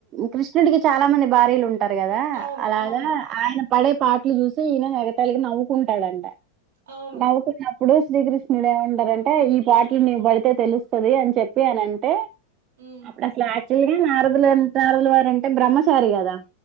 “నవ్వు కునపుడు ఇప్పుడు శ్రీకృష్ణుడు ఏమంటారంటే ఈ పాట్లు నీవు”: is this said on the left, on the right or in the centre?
Right